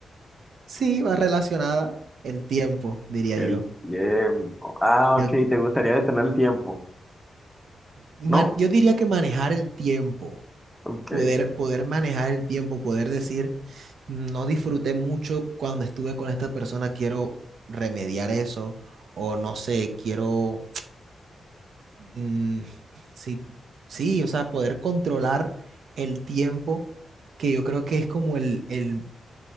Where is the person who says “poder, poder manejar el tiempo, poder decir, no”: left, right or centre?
Right